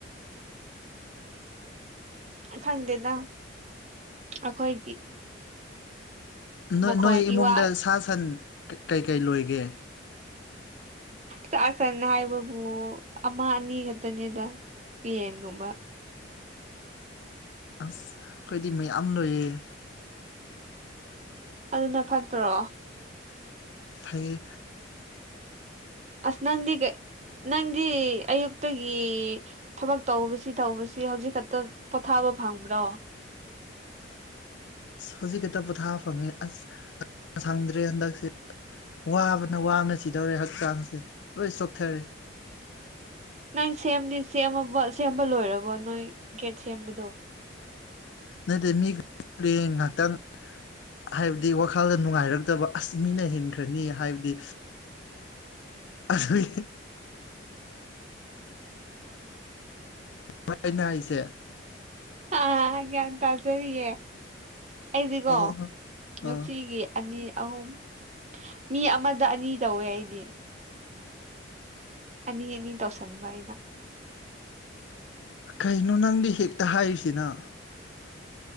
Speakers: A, on the right; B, on the left.
A: ꯈꯪꯗꯦꯗ ꯑꯩꯈꯣꯏ
B: ꯅ
A: ꯃꯈꯣꯟ
B: ꯅꯣꯏ ꯏꯃꯨꯡꯗ
A: ꯏꯋꯥ
B: ꯁꯥ ꯁꯟ ꯀꯩꯀꯩ ꯂꯣꯏꯒꯦ
A: ꯆꯥꯛ ꯁꯟ ꯍꯥꯏꯕꯕꯨ ꯑꯃ ꯑꯅꯤ ꯈꯛꯇꯅꯦꯗ ꯄꯤꯟꯒꯨꯝꯕ
B: ꯑꯁ ꯑꯩꯈꯣꯏꯗꯤ ꯃꯌꯥꯝ ꯂꯣꯏꯌꯦꯦ
A: ꯑꯗꯨꯅ ꯐꯠꯇ꯭ꯔꯣ
B: ꯐꯌꯦ
A: ꯑꯁ ꯅꯪꯗꯤ ꯀꯩ ꯅꯪꯗꯤ ꯑꯌꯨꯛꯇꯒꯤ ꯊꯕꯛ ꯇꯧꯕꯁꯤ ꯇꯧꯕꯁꯤ ꯍꯧꯖꯤꯛ ꯈꯛꯇ ꯄꯣꯊꯥꯕ ꯐꯪꯕ꯭ꯔꯣ
B: ꯑꯁ ꯍꯧꯖꯤꯛ ꯈꯤꯠꯇ ꯄꯣꯊꯥ ꯐꯪꯉꯦ ꯑꯁ ꯁꯪꯗ꯭ꯔꯦ ꯍꯟꯗꯛꯁꯦ ꯋꯥꯕꯅ ꯋꯥꯕꯅ ꯁꯤꯗꯧꯔꯦ ꯍꯛꯆꯥꯡꯁꯦ ꯂꯣꯏ ꯆꯣꯛꯊꯔꯦ
A: ꯅꯪ ꯁꯦꯝꯗꯤ ꯁꯦꯝꯃꯕ ꯁꯦꯝꯕ ꯂꯣꯏꯔꯕꯣ ꯅꯣꯏ ꯒꯦꯠ ꯁꯦꯝꯕꯗꯣ
B: ꯅꯠꯇꯦ ꯃꯤ ꯄꯂ‌ꯦꯡ ꯉꯍꯥꯛꯇꯪ ꯍꯥꯏꯕꯗꯤ ꯋꯥꯈꯜꯗ ꯅꯨꯡꯉꯥꯏꯔꯛꯇꯕ ꯑꯁ ꯃꯤꯅ ꯍꯦꯟꯈ꯭ꯔꯅꯤ ꯍꯥꯏꯕꯒꯤ ꯑꯗꯨꯏ ꯥ <unintelligible> ꯍꯥꯏꯁꯦ
A: ꯑ ꯒ꯭ꯌꯥꯟ ꯇꯥꯖꯔꯤꯌꯦ ꯑꯩꯗꯤꯀꯣ
B: ꯑꯣ
A: ꯅꯨꯡꯇꯤꯒꯤ
B: ꯑꯣ
A: ꯑꯅꯤ ꯑꯍꯨꯝ ꯃꯤ ꯑꯃꯗ ꯑꯅꯤ ꯇꯧꯋꯦ ꯑꯩꯗꯤ ꯑꯅꯤ ꯑꯅꯤ ꯇꯧꯁꯟꯕ ꯑꯩꯅ
B: ꯀꯩꯅꯣ ꯅꯪꯗꯤ ꯍꯦꯛꯇ ꯍꯥꯏꯔꯤꯁꯤꯅ